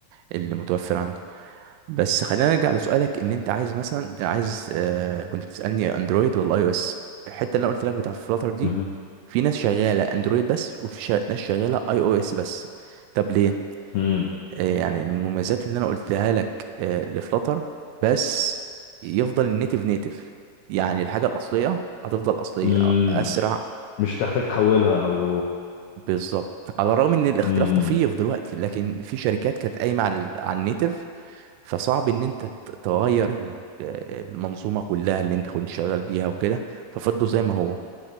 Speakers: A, on the right (about 85°); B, on the left (about 80°).
A: اللي متوفر عنده بس خلينا نرجع لسؤالك ان انت عايز مثلا عايز آه كنت بتسالني اندرويد ولا اي او اس الحته اللي انا قلت لك بتاع فلاتر دي
B: مهم.
A: في ناس شغاله اندرويد بس وفي شا... ناس شغاله اي او اس بس طب ليه
B: امم
A: آه، يعني من المميزات اللي انا قلتها لك آه، لفلاتر بس يفضل النيتف نيتف يعني الحاجه الاصليه هتفضل اصليه
B: امم
A: اسرع
B: مش هتحتاج تحولها او
A: بالظبط على الرغم ان الاختلاف
B: امم
A: طفيف دلوقتي لكن في شركات كانت قايمه على على النيتف فصعب ان انت ت- تغير ال- آه، المنظومه كلها اللي انت كنت شغال بيها وكده ففضلوا زي ما هو